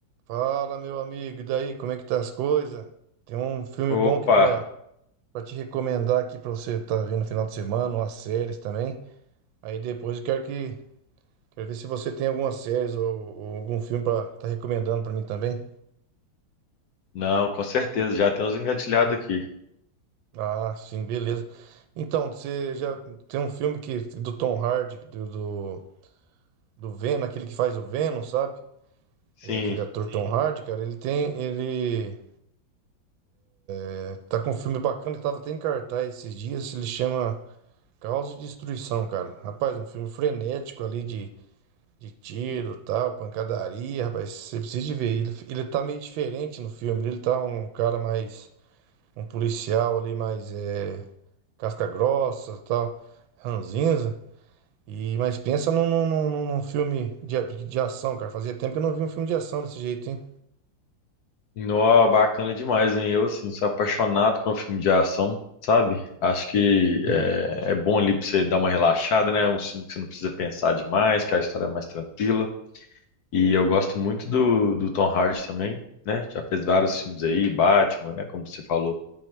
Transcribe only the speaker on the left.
Opa,
não, com certeza, já temos engatilhado aqui.
Sim,
nó bacana demais, hein? Eu, assim, sou apaixonado com filme de ação, sabe? Acho que
é, é bom ali pra você dar uma relaxada, né? É Um filme que você não precisa pensar demais, que a história é mais tranquila. E eu gosto muito do, do Tom Hardy também, né? Já fez vários filmes aí, Batman, né? Como você falou,